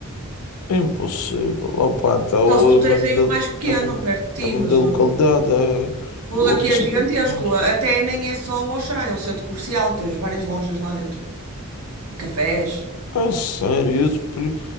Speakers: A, on the left (about 80°); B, on the right (about 80°).
A: É Impossível. Opa, então
B: Só se tu
A: é mesmo
B: tens aí
A: da,
B: o mais pequeno,
A: é mesmo,
B: perto de ti,
A: é mesmo
B: mas
A: da localidade.
B: o,
A: É,
B: o
A: eu
B: daqui
A: aqui
B: é
A: só
B: gigantesco.
A: tenho 500.
B: Até nem é só o Auchan, é um centro comercial, tens várias lojas lá dentro. E cafés.
A: Ah, sério? eu super-